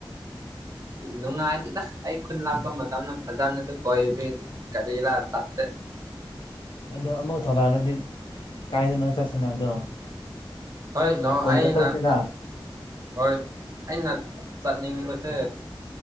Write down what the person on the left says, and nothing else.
ꯑꯗꯣ ꯑꯃꯨꯧ ꯊꯂꯥꯡꯅꯗꯤ ꯀꯥꯏꯗꯅꯣ ꯆꯠꯁꯤꯅ ꯑꯗꯣ
ꯀꯣꯏꯕ
ꯆꯠꯁꯤꯅ